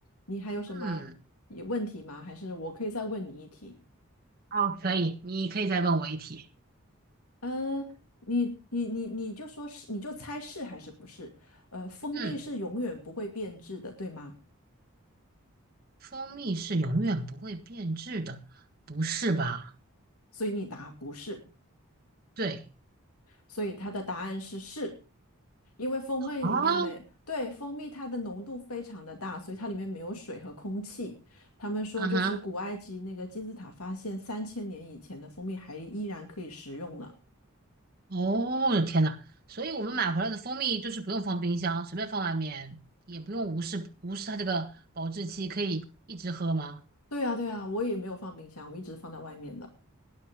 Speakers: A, on the left (about 85°); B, on the right (about 40°).
A: 你还有什么有问题吗？
B: 嗯，
A: 还是我可以再问你一题？
B: 哦，可以，你可以再问我一题。
A: 嗯、你你你你就说是，你就猜是还是不是？呃，蜂蜜是永远不会变质的，
B: 嗯，
A: 对吗？
B: 蜂蜜是永远不会变质的，不是吧？
A: 所以你答不是，
B: 对，
A: 所以它的答案是是，因为蜂蜜里面没，
B: 啊，
A: 对，蜂蜜它的浓度非常的大，所以它里面没有水和空气。他们说就是古埃及那个金字塔发现三千年以前的蜂蜜还依然可以食用呢。
B: 啊哈，哦，我的天呐，所以我们买回来的蜂蜜就是不用放冰箱，随便放外面，也不用无视无视它这个保质期，可以一直喝吗？
A: 对啊，对啊，我也没有放冰箱，我一直放在外面的。